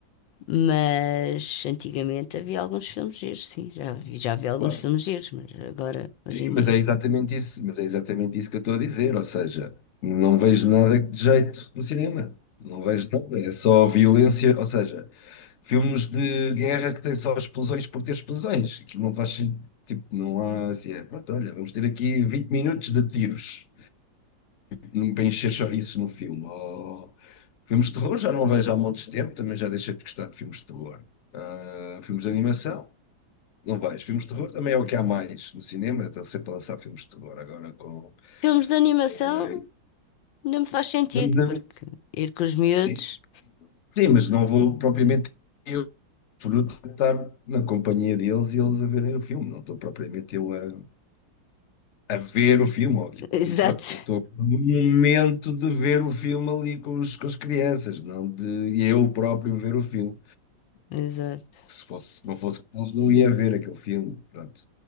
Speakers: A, on the left (about 85°); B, on the left (about 55°).
A: Mas antigamente havia alguns filmes giros, sim, já vi, já vi alguns
B: Claro.
A: filmes giros, mas agora, hoje
B: Sim,
A: em
B: mas
A: dia.
B: é exatamente isso, mas é exatamente isso que eu estou a dizer, ou seja, não vejo nada de jeito no cinema, não vejo nada, é só violência, ou seja, filmes de guerra que têm só explosões por ter explosões, que não faz sentido, tipo, não há assim, é, pronto, olha, vamos ter aqui 20 minutos de tiros, não para encher chouriços no filme, ou filmes de terror já não vejo há montes de tempo, também já deixei de gostar de filmes de terror, Ah, filmes de animação, não vejo, filmes de terror também é o que há mais no cinema, estão sempre a lançar filmes de terror agora com
A: Filmes de animação
B: eh,
A: não me faz sentido,
B: vamos ver.
A: porque ir com os miúdos.
B: Sim, sim, mas não vou
A: <laughs>
B: propriamente eu fruto de estar na companhia deles e eles a verem o filme. Não estou propriamente eu a, a ver o filme. ou aquilo.
A: Exato,
B: Pronto, eu estou no momento de ver o filme ali com, os, com as crianças, não de eu próprio ver o filme.
A: exato.
B: Se fosse, se não fosse com eles, não ia ver aquele filme. Pronto.